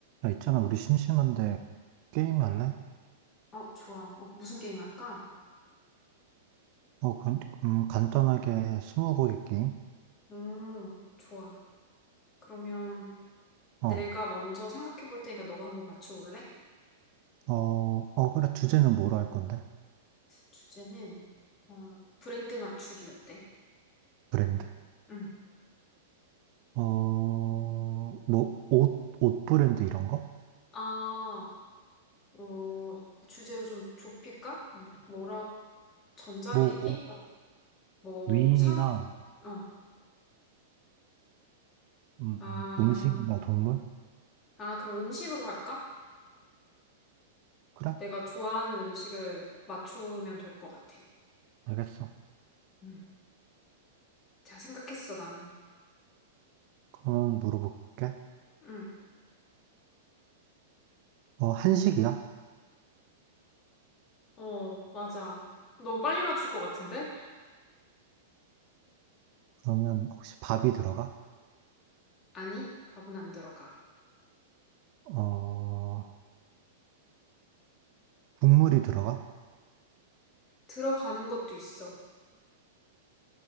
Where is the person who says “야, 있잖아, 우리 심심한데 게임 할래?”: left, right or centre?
Right